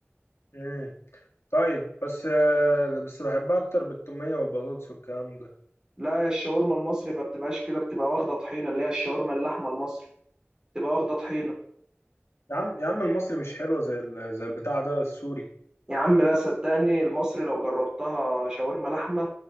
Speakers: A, on the left (about 75°); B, on the right (about 20°).
A: امم طيب بس آه، بس بحبها اكتر بالتومية والبطاطس والكلام ده
B: لا الشاورما المصري ما بتبقاش كده بتبقى واخده طحينه اللي هي الشاورما اللحمه المصري بتبقى واخده طحينه
A: يا عم يا عم المصري مش حلوة زي ال... زي البتاع ده السوري
B: يا عم لا صدقني المصري لو جربتها شاورما لحمه